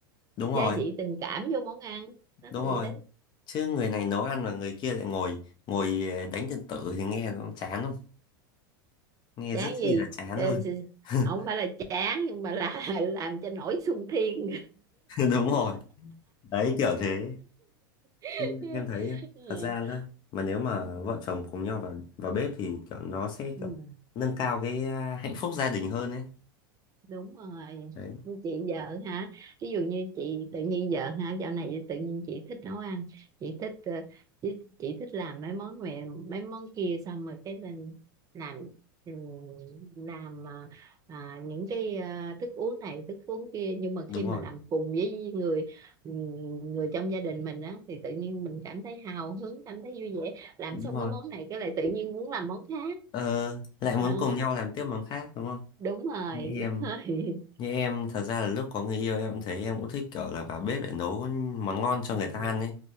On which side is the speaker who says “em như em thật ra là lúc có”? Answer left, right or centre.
Left